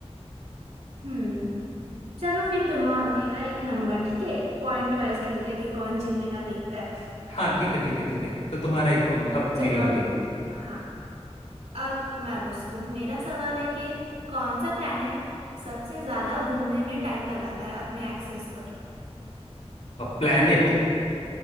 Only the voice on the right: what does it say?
हम्म चलो फिर तुम मेरा एक नंबर ठीक है पॉइंट वाइज खेलते हैं कि कौन जीतेगा देखते हैं
चलो
हाँ अब मैं पूछती हूँ मेरा सवाल है कि कौन सा प्लेनेट सबसे ज्यादा घूमने में टाइम लगाता है अपने एक्सिस पर